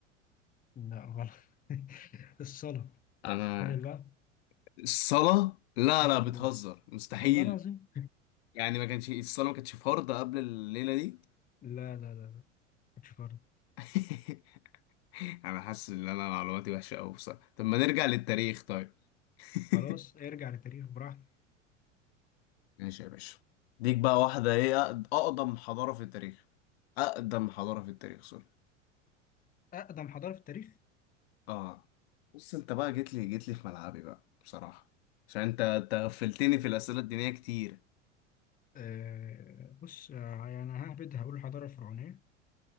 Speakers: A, on the left; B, on the left.
A: لا غلط <laughs> الصلاه
B: انا
A: تخيل بقى
B: الصلاة لا
A: اه
B: لا
A: والله
B: بتهزر مستحيل
A: والله العظيم
B: يعني ما كانش الصلاة ما كانتش فرض قبل الليلة دي
A: لا لا لا لا مش فرض
B: <laughs> انا حاسس ان انا معلوماتي وحشة قوي بصراحة طب ما نرجع للتاريخ طيب <laughs>
A: خلاص ارجع للتاريخ براحتك
B: ماشي يا باشا ديك بقى واحدة ايه أقد- اقدم حضارة في التاريخ اقدم حضارة في التاريخ سوري
A: أقدم حضارة في التاريخ
B: اه بص انت بقى جيت لي جيت لي في ملعبي بقى بصراحة عشان انت أنت غفلتني في الأسئلة الدينية كتير
A: أه بص آه، يعني ههبد هقول الحضارة الفرعونية